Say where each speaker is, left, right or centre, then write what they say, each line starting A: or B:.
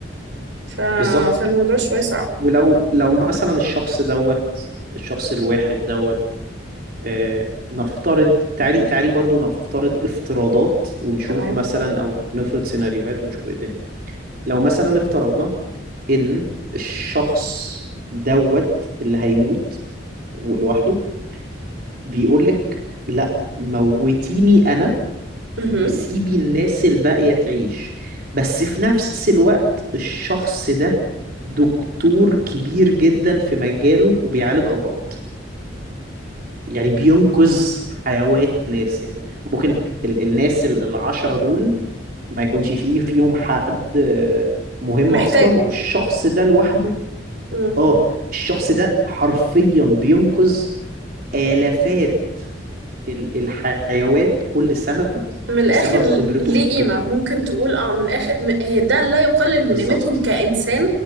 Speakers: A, on the right (about 80°); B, on the right (about 50°).
A: ف...
B: بالظبط
A: فالموضوع شوية صعب
B: ولو لو مثلا الشخص دوت الشخص الواحد دوت آه نفترض تعالي تعالي برضو نفترض افتراضات ونشوف
A: تمام
B: مثلا او نفرض سيناريوهات ونشوف ايه الدنيا لو مثلا افترضنا ان الشخص دوت اللي هيموت لوحده بيقول لك لا موتيني انا
A: مهم.
B: وسيبي الناس الباقية تعيش بس في نفس الوقت الشخص ده دكتور كبير جدا في مجاله وبيعالج أمراض يعني بينقذ حيوات ناس يعني ممكن ال الناس ال- العشرة دول ما يكونش فيه فيهم حد آه، مهم
A: ومحتاجه
B: أصلا والشخص ده لوحده
A: مم.
B: اه الشخص ده حرفيا بينقذ آلافات ال- الحيوات كل سنة
A: من الاخر
B: بسبب خبرته
A: ليه
B: في الطب
A: قيمه ممكن تقول اه من الاخر م- هي ده لا يقلل من
B: بالظبط
A: قيمتهم كانسان